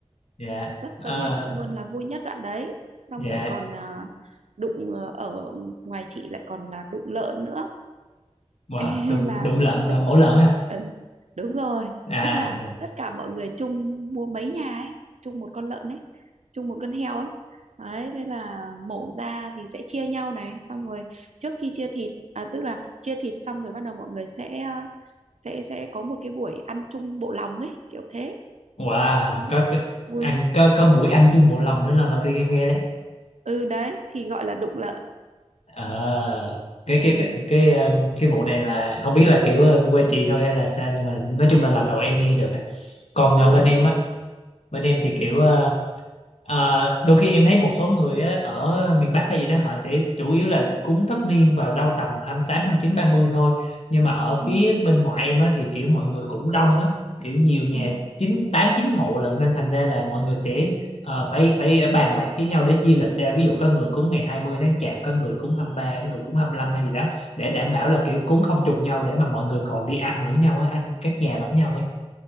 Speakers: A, on the left; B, on the right.
A: dạ
B: rất
A: Ờ,
B: giống nhà chị luôn là vui nhất đoạn đấy xong
A: dạ
B: rồi còn à, đụng ờ, ở ngoài chị lại còn là đụng lợn nữa <laughs>
A: wow,
B: Ê,
A: đụng
B: là
A: đụng lợn
B: tức
A: là mổ lợn à
B: ờ, đúng rồi
A: à
B: tức là tất cả mọi người chung mua mấy nhà ấy chung một con lợn ấy chung một con heo ấy đấy thế là mổ ra thì sẽ chia nhau này xong rồi trước khi chia thịt à tức là chia thịt xong rồi bắt đầu mọi người sẽ ờ, sẽ sẽ có một cái buổi ăn chung bộ lòng ấy kiểu thế
A: wow
B: đó
A: có, có
B: vui
A: ăn
B: không
A: có, có buổi ăn chung bộ lòng nữa lần đầu tiên em nghe
B: ừ đấy thì gọi là đụng lợn
A: Ờ, cái cái
B: ừ
A: cái cái um, cái vụ này là không biết là kiểu uh, quê chị thôi hay là sao nhưng mà nói chung là lần đầu em nghe được á. còn
B: ừ
A: uh, bên
B: đấy
A: em á bên em thì kiểu ờ, Ờ, đôi khi em thấy một số người á, ở miền Bắc hay gì đó họ sẽ chủ yếu là cúng tất niên vào đâu tầm hai hai tám hai mươi chín ba mươi thôi nhưng mà ở
B: ừ
A: phía bên ngoại em á, thì kiểu mọi người cũng đông á kiểu nhiều nhà
B: ừ
A: chín tám chín hộ lận nên thành ra là mọi người sẽ ờ, phải phải bàn bạc với nhau để chia lịch ra ví dụ có người cúng ngày hai mươi tháng Chạp có người cúng 23 có người cúng 25 hay gì đó để đảm bảo là kiểu cúng không trùng nhau để mà mọi người còn đi ăn lẫn nhau á ăn các nhà lẫn nhau ấy